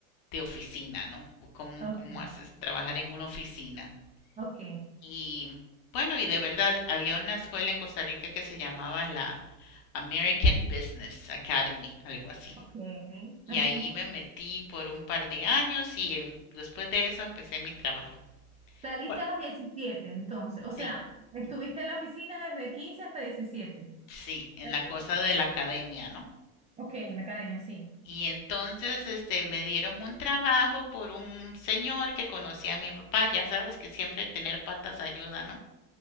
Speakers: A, on the left; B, on the right.
A: de oficina, ¿no? ¿Cómo,
B: ok,
A: cómo haces trabajar en una oficina?
B: ok,
A: Y bueno, y de verdad, había una escuela en Costa Rica que se llamaba la American Business Academy, algo así.
B: ok.
A: Y
B: Ajá.
A: ahí me metí por un par de años y em- después de eso empecé mi trabajo.
B: Saliste
A: Bueno.
B: a los diecisiete, entonces, o sea,
A: Sí,
B: estuviste
A: ujú.
B: en la oficina desde 15 hasta 17.
A: sí, en
B: ¿cierto?
A: la cosa de la academia, ¿no?
B: Ok, en la academia, sí.
A: Y entonces, este, me dieron un trabajo por un señor que conocía a mi papá, ya sabes que siempre tener patas ayuda, ¿no?